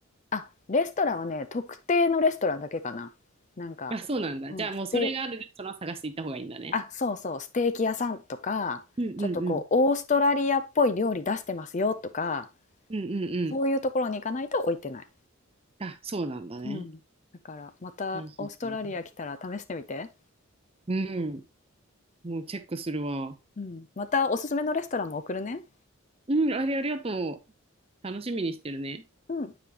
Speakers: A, on the left; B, on the right.
A: あ、レストランはね、特定のレストランだけかな。なんか、
B: <laughs> あ、そうなんだ。
A: うん、
B: じゃあもうそれがあるレストラン探して行った方がいいんだね。
A: ステあ、そうそう、ステーキ屋さんとか、
B: うんうんうん。
A: ちょっとこう、オーストラリアっぽい料理出してますよとか、
B: うんうんうん。
A: そういうところに行かないと置いてない。
B: あ、そうなんだね。
A: うん。だから、またオーストラリア来たら試してみて。
B: いやそうそううん。もうチェックするわ。
A: うん。またおすすめのレストランも送るね。
B: うん、あれありがとう。楽しみにしてるね。
A: うん。